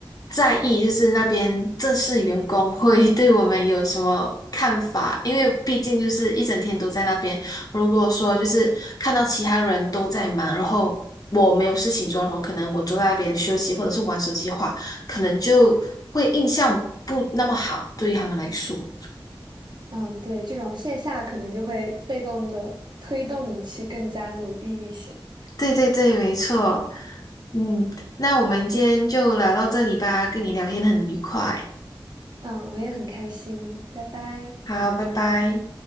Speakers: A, on the left; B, on the right.
A: 在意，就是那边正式员工会 <laughs> 对我们有什么看法，因为毕竟就是一整天都在那边。如果说就是看到其他人都在忙，然后我没有事情做，然后可能我坐在那边休息或者是玩手机的话，可能就会印象不那么好，对于他们来说。
B: 嗯，对，这种线下可能就会被动的推动你去更加努力一些。
A: 对对对，没错。嗯，那我们今天就聊到这里吧，跟你聊天很愉快。
B: 嗯，我也很开心，拜拜。
A: 好，拜拜。